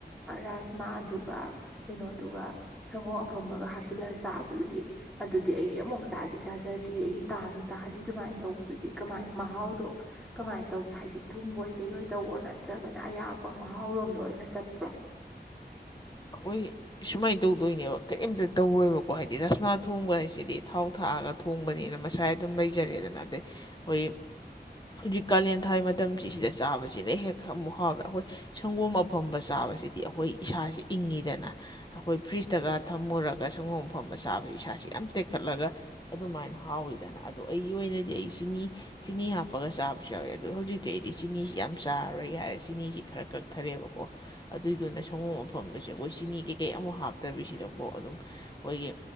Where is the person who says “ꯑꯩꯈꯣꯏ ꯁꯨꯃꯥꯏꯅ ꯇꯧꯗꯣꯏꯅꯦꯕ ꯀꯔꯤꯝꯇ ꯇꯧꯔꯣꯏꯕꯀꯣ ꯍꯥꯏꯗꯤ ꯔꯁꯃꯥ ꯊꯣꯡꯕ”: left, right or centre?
Left